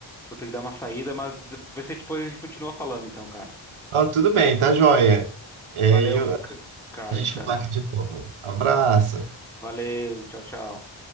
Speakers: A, in the centre; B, on the right.
A: Vou ter que dar uma saída, mas de- vai ser depois a gente continua falando então, cara.
B: então, tudo bem, tá joia. É,
A: Valeu,
B: eu,
A: c- cara,
B: A gente
A: então.
B: fala aqui de novo. Abraço.
A: Valeu, tchau, tchau.